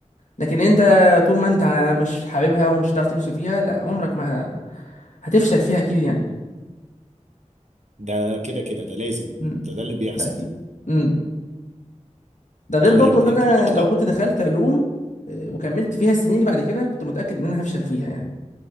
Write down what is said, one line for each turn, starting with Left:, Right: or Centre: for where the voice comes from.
Left: لكن انت طول ما انت مش حاببها ومش هتعرف تمشي فيها لا عمرك ما هتفشل فيها اكيد يعني
Right: ده كده كده ده لازم
Left: امم
Right: ده ده اللي بيحصل
Left: ده اكيد امم ده غير
Right: طيب
Left: برضو ان
Right: انت
Left: انا
Right: علاقتك
Left: لو كنت دخلت علوم آه، وكملت فيها السنين اللي بعد كده كنت متاكد ان انا هفشل فيها يعني